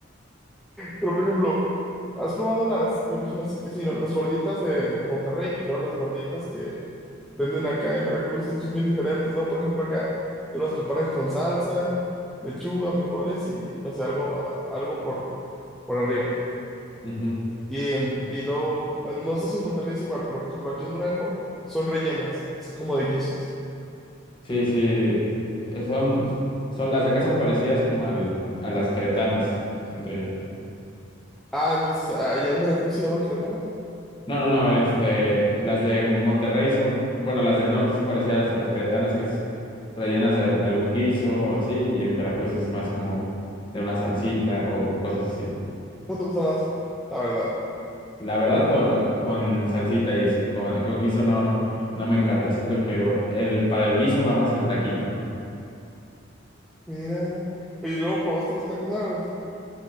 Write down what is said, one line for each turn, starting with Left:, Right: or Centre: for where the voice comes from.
Centre: Pero, por ejemplo, ¿has probado las, me imagino sí que sí, ¿no? Las gorditas de Monterrey y luego las gorditas que venden acá en Veracruz, que son bien diferentes, ¿no? Por ejemplo, acá te las preparan con salsa, lechuga, frijoles y, no sé, algo, algo por, por arriba.
Left: Ujú.
Centre: Y, em, y luego, bueno, no sé si en Monterrey es igual, pero, por ejemplo, aquí en Durango son rellenas, así como de guisos.
Left: Sí, sí. eh, Son, son, las de acá son parecidas como al, a las cretanas, siento yo.
Centre: Ah, entonces, allá en Veracruz se llaman queretanas.
Left: No, no, no, este, las de Monterrey son, bueno, las del norte son parecidas a las queretanas, que es rellenas de, de algún guiso o así, y en Veracruz es más como de una salsita o cosas así.
Centre: ¿Cómo te gusta más? La verdad.
Left: La verdad, con, con salsita y eso, con, con guiso no, no me encanta, siento que el, para el guiso va más el taquito.
Centre: Mira. Oye, ¿y luego probaste los tacos árabes?